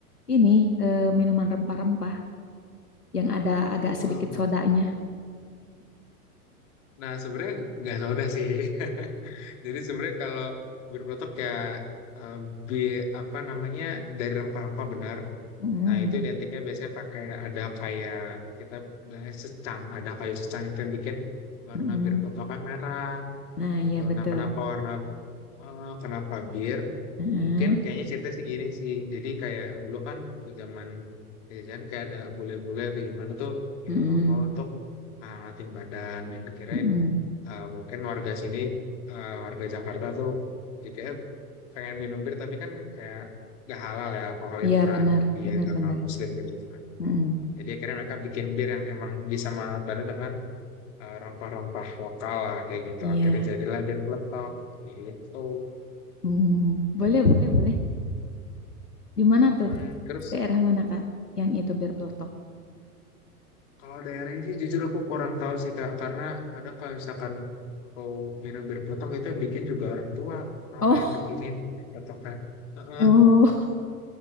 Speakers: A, on the left (about 80°); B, on the left (about 50°).
A: Ini eh, minuman rempah-rempah. yang ada
B: Betul.
A: agak sedikit
B: bet-
A: sodanya.
B: Nah, sebenarnya nggak soda sih. <laughs> Jadi sebenarnya kalau bir peletok ya eh, bi- apa namanya dari rempah-rempah benar,
A: Mm-mm,
B: Nah, itu identiknya biasanya pakai ada kayak kita biasanya secang, ada kayu secang itu yang bikin warna
A: mm-mm.
B: bir kelapa merah
A: Nah,
B: gitu.
A: iya betul.
B: Nah, kenapa warna Eh, kenapa bir?
A: Heeh.
B: Mungkin kayaknya ceritanya sih gini sih. Jadi kayak dulu kan waktu zaman jajan kayak ada bule-bule atau gimana tuh minum
A: Mm-mm,
B: alkohol untuk ah, ngatin badan. Yang dikirain
A: mm-mm.
B: ah, mungkin warga sini, ah, warga Jakarta tuh jadi kayak pengen minum bir tapi kan kayak gak halal ya alkohol
A: Iya
B: itu kan
A: benar,
B: di
A: benar
B: agama
A: benar.
B: Muslim gitu kan.
A: mm-mm.
B: Jadi akhirnya mereka bikin bir yang emang bisa menghangat badan dengan eh, rompah-rompah lokal lah kayak gitu.
A: Iya.
B: Akhirnya jadilah bir peletok gitu.
A: Hmm, Boleh, boleh, boleh. Di mana
B: Mm-mm.
A: tuh?
B: Terus
A: Daerah mana, Kak? Yang itu bir peletok.
B: kalau daerahnya sih jujur aku kurang tahu sih Kak, karena kadang kalau misalkan kau minum bir peletok itu yang bikin juga orang tua, mama
A: Oh,
B: yang bikinin bir peletok kan. Heeh.
A: <laughs>
B: <laughs>
A: oh.